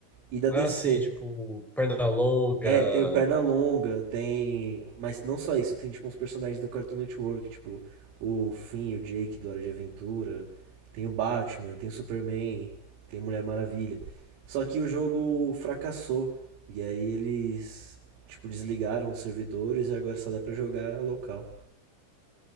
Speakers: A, on the right (about 85°); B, in the centre.
A: e da DC.
B: Ah, sim, tipo, perna longa.
A: É, tem o Pernalonga, tem. Mas não só isso, tem tipo uns personagens do Cartoon Network, tipo o Finn, o Jake do Hora de Aventura, tem o Batman, tem o Superman, tem a Mulher Maravilha. Só que o jogo fracassou, e aí eles, tipo, desligaram os servidores e agora só dá pra jogar local.